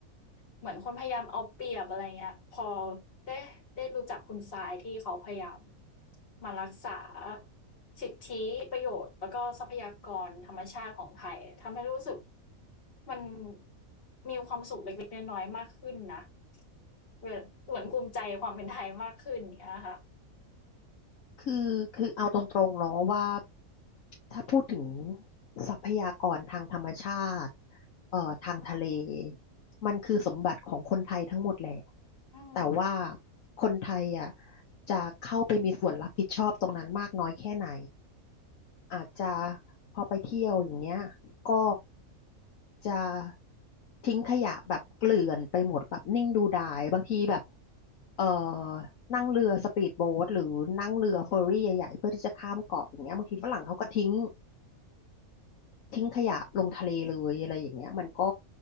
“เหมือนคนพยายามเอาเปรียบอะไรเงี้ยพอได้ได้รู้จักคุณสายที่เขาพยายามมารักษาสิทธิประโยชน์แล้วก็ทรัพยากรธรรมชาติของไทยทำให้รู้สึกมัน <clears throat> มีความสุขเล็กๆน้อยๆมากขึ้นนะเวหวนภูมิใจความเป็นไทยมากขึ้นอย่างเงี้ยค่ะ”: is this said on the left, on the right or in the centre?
Left